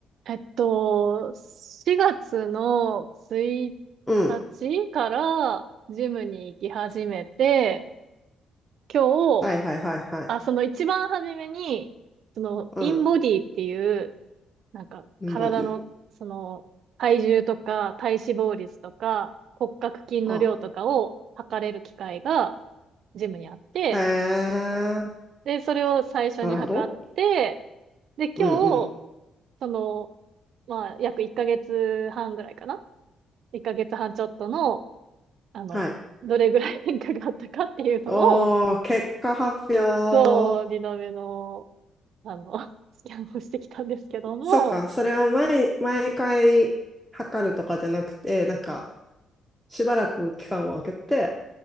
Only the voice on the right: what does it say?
えっと、4月の1日からジムに行き始めて、
今日、
あ、その一番初めに、その、
インボディっていう、なんか、体の、
その、体重とか、体脂肪率とか、骨格筋の量とかを測れる機械が、
ジムにあって、
で、それを最初に測って、
で、今日、
その、まあ、約1ヶ月半ぐらいかな1ヶ月半ちょっとの、あの、
どれぐらい変化があったかっていうのを、
そう、リノベの、あの、<laughs> スキャンをしてきたんですけども、